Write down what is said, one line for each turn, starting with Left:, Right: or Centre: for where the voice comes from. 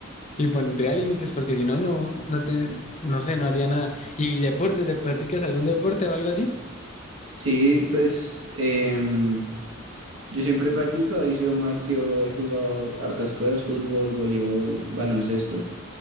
Left: y pondría límites porque si no, no, no te, no sé, no haría nada. ¿Y deportes? ¿Te practicas algún deporte o algo así?
Right: sí, pues em, yo siempre he practicado y sido muy activo, he jugado hartas cosas, fútbol, voleibol, baloncesto.